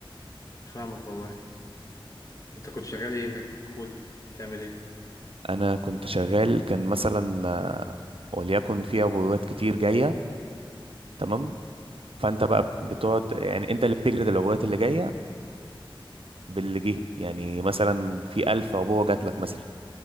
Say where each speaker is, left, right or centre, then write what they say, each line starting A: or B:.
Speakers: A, on the left (about 35°); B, on the right (about 80°).
A: فاهمك والله انت كنت شغال ايه هناك في الكولا بتعمل ايه
B: انا كنت شغال كان مثلا آه، وليكن في عبوات كتير جاية تمام فانت بقى بتقعد يعني انت اللي بتجرد العبوات اللي جاية باللي جه يعني مثلا في ألف عبوة جات لك مثلا